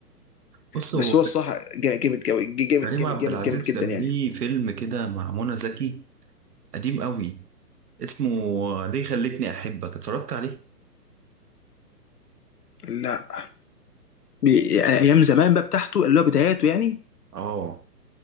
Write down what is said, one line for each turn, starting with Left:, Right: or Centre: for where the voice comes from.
Right: بص
Left: بس
Right: هو
Left: هو الصح جا- جامد قوي جامد
Right: كريم
Left: جامد
Right: عبد
Left: جامد
Right: العزيز
Left: جامد جدا
Right: كان
Left: يعني
Right: ليه فيلم كده مع منى زكي قديم أوي اسمه ليه خلتني أحبك اتفرجت عليه؟
Left: لا بي- يعني ايام زمان بقى بتاعته اللي هو بداياته يعني
Right: اه